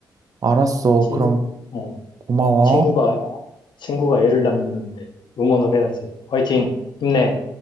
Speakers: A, on the right (about 45°); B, on the left (about 65°).
A: 알았어.
B: 친구,
A: 그럼
B: 어,
A: 고마워.
B: 친구가, 친구가 애를 낳는데 응원을 해야지. 화이팅! 힘내!